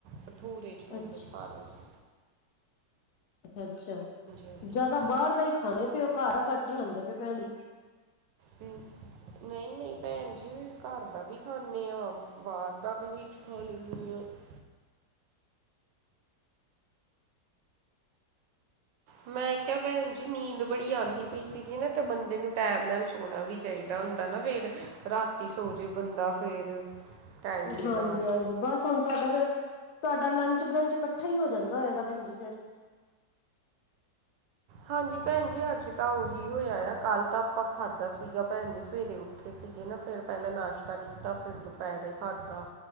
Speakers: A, on the right; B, on the left.
A: ਭਠੂਰੇ ਛੋਲੇ
B: ਅੱਛਾ
A: ਖਾਲੇ ਸ
B: <unintelligible> ਅੱਛਾ
A: ਹਾਂਜੀ
B: ਜਿਆਦਾ ਬਾਹਰ ਦਾ ਹੀ ਖਾਂਦੇ ਪਏਓ ਘਰ ਘੱਟ ਹੀ ਖਾਂਦੇ ਪਏ ਭੈਣ ਜੀ <inaudible>
A: ਤੇ <unintelligible> ਨਹੀਂ ਨਹੀਂ ਭੈਣ ਜੀ ਘਰ ਦਾ ਵੀ ਖਾਂਨੇ ਆਂ ਬਾਹਰ ਦਾ ਵੀ ਵਿੱਚ ਖਾ ਲੈਂਦੇ ਹਾਂ <unintelligible> ਮੈਂ ਕਿਹਾ ਭੈਣ ਜੀ ਨੀਂਦ ਬੜੀ ਆਂਦੀ ਪਈ ਸੀਗੀ ਨਾ ਤੇ ਬੰਦੇ ਨੂੰ ਟੈਮ ਨਾਲ ਸੋਣਾ ਵੀ ਚਾਹੀਦਾ ਹੁੰਦਾ ਨਾ ਫੇਰ ਰਾਤੀ ਸੋਜੇ ਬੰਦਾ ਫੇਰ ਟਾਈਮ ਦੇ
B: ਹਾਂਜੀ
A: ਨਾਲ
B: ਹਾਂਜੀ ਬਸ ਹੁਣ ਤੁਹਾਡਾ ਫਿਰ ਤੁਹਾਡਾ ਲੰਚ ਬਰੰਚ ਕੱਠਾ ਹੀ ਹੋ ਜਾਂਦਾ ਹੋਏਗਾ ਭੈਣਜੀ ਫੇਰ
A: ਹਾਂਜੀ ਭੈਣ ਜੀ ਅੱਜ ਤਾਂ ਉਹੀ ਹੋਇਆ ਆ ਕੱਲ੍ਹ ਤਾਂ ਆਪਾਂ ਖਾਧਾ ਸੀਗਾ ਭੈਣ ਜੀ ਸਵੇਰੇ ਉੱ ਉਠੇ ਸੀਗੇ ਨਾ ਫਿਰ ਪਹਿਲਾਂ ਨਾਸ਼ਤਾ ਕੀਤਾ ਫਿਰ ਦੁਪਹਿਰੇ ਖਾਧਾ